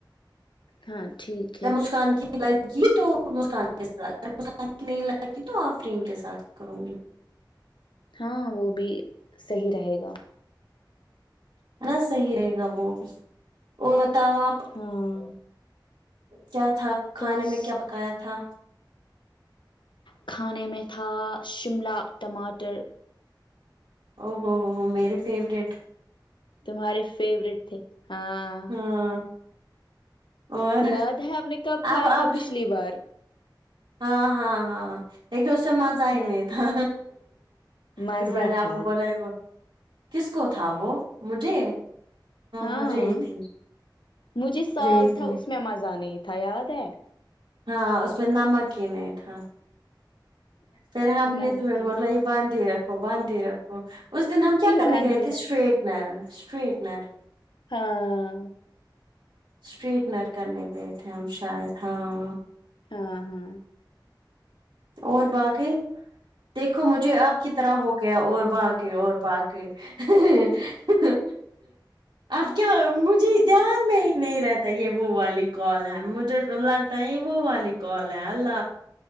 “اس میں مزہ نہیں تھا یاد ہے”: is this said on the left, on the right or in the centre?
Left